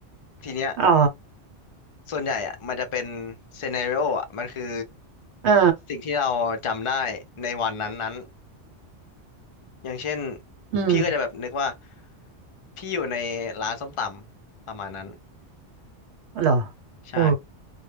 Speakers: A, on the left (about 50°); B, on the right (about 70°).
A: ทีเนี้ย
B: อ๋อ
A: ส่วนใหญ่อะมันจะเป็นซีนาริโออะมันคือ
B: อ่า
A: สิ่งที่เราจำได้ในวันนั้นๆอย่างเช่น
B: อืม
A: พี่ก็จะแบบนึกว่าพี่อยู่ในร้านส้มตำประมาณนั้น
B: เหรอ
A: ใช่
B: เออ